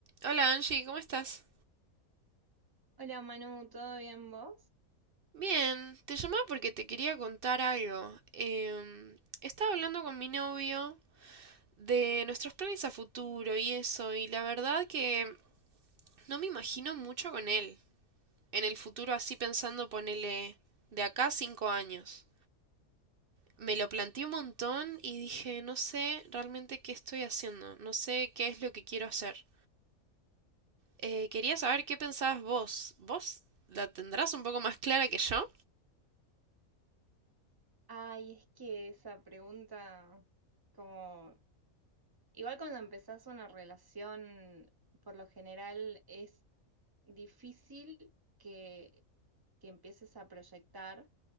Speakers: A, on the right; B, on the right.
A: Hola Angie, ¿cómo estás?
B: Hola Manu, ¿todo bien vos?
A: Bien, te llamaba porque te quería contar algo. Em, estaba hablando con mi novio de nuestros planes a futuro y eso, y la verdad que no me imagino mucho con él. En el futuro así pensando ponele de acá a cinco años. Me lo planteé un montón y dije, no sé realmente qué estoy haciendo, no sé qué es lo que quiero hacer. Eh, quería saber qué pensabas vos. ¿Vos la tendrás un poco más clara que yo?
B: Ay, es que esa pregunta, como, igual cuando empezás una relación, por lo general es difícil que, que empieces a proyectar.